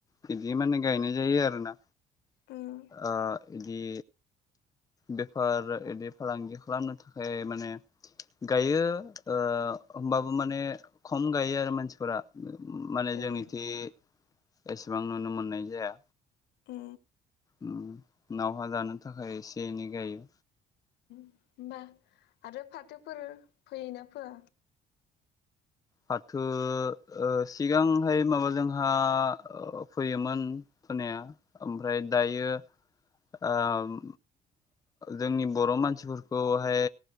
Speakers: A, on the left (about 20°); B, on the left (about 80°).
A: बिदि माने गायनाय जायो आरोना
B: उम
A: आ। इदि बेफार इदि फालांगि खालामनो थाख फाय माने गायो ओ होमबाबो माने खम गायो आरो मानसिफोरा माने
B: ओ
A: जोंनिथि
B: उम
A: एसेबां नुनो मोननाय जाया।
B: ए।
A: उम नावहा जानो थाखाय एसे एनै गायो।
B: होमबा आरो फाथोफोर फैयोना फोया?
A: फाथो ओ सिगांहाय माबा जोंहा ओ फैयोमोन फोनाया ओमफ्राय दायो आम जोंनि बर' मानसिफोरखौहाय।